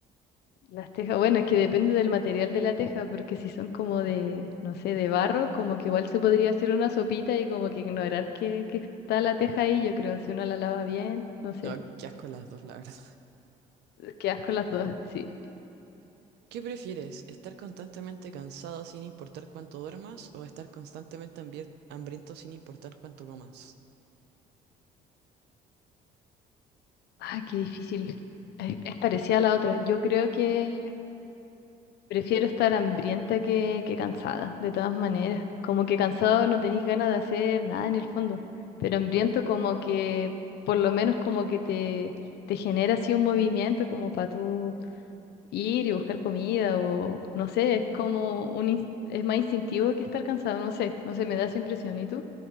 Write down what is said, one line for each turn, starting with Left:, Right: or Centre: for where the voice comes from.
Left: Las tejas, bueno, es que depende del material de la teja, porque si son como de, no sé, de barro, como que igual se podría hacer una sopita y como que ignorar que, que está la teja ahí, yo creo, si uno la lava bien, no sé,
Right: No, qué asco las dos, la verdad.
Left: quedas con las dos, <laughs> sí.
Right: <laughs> ¿Qué prefieres? ¿Estar constantemente cansado sin importar cuánto duermas o estar constantemente hambier- hambriento sin importar cuánto comas?
Left: Ay, qué difícil. Eh, Es parecida a la otra. Yo creo que prefiero estar hambrienta que, que cansada, de todas maneras. Como que cansado no tenéis ganas de hacer nada en el fondo, pero hambriento como que, por lo menos como que te, te genera así un movimiento como para tú ir y buscar comida o no sé, es como un, ins- es más instintivo que estar cansado, no sé, no sé, me da esa impresión. ¿Y tú?